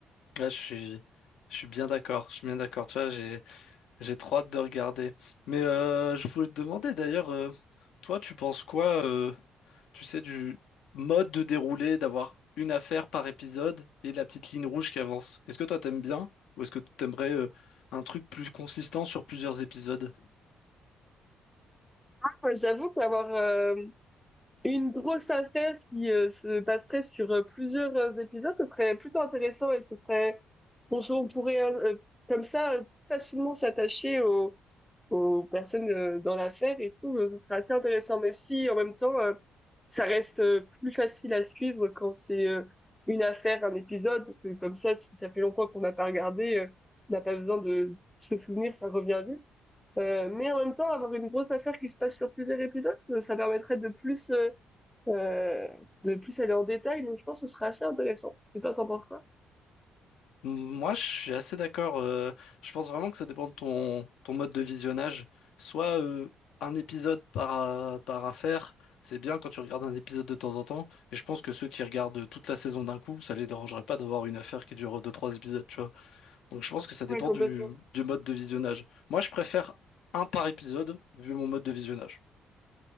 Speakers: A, on the left; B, in the centre.
A: Ouais, je suis, je suis bien d'accord, je suis bien d'accord. Tu vois, j'ai J'ai trop hâte de regarder. Mais euh, je voulais te demander d'ailleurs, euh, toi, tu penses quoi, euh, tu sais, du mode de déroulé, d'avoir une affaire par épisode et la petite ligne rouge qui avance. Est-ce que toi, t'aimes bien ou est-ce que tu aimerais un truc plus consistant sur plusieurs épisodes?
B: Moi, j'avoue qu'avoir, hem Une grosse affaire qui, heu, se passerait sur, heu, plusieurs, heu, épisodes, ce serait plutôt intéressant et ce serait on se on pourrait, heu comme ça, heu, facilement s'attacher aux aux personnes, heu, dans l'affaire et tout, heu, ce serait assez intéressant. Mais si en même temps, heu, ça reste, heu, plus facile à suivre quand c'est, heu, une affaire, un épisode, parce que comme ça, si ça fait longtemps qu'on n'a pas regardé, heu, on n'a pas besoin de se souvenir, ça revient vite. Heu, mais en même temps, avoir une grosse affaire qui se passe sur plusieurs épisodes, heu, ça permettrait de plus, euh, euh, de plus aller en détail, donc je pense que ce serait assez intéressant. Et toi, t'en penses quoi?
A: Moi, je suis assez d'accord. euh, je pense vraiment que ça dépend de ton, ton mode de visionnage. Soit euh, un épisode par, euh, par affaire, c'est bien quand tu regardes un épisode de temps en temps. Et je pense que ceux qui regardent toute la saison d'un coup, ça les dérangerait pas d'avoir une affaire qui dure deux, trois épisodes, tu vois. Donc je pense que ça dépend
B: Ouais, complètement.
A: du, du mode de visionnage. Moi, je préfère un par épisode vu mon mode de visionnage.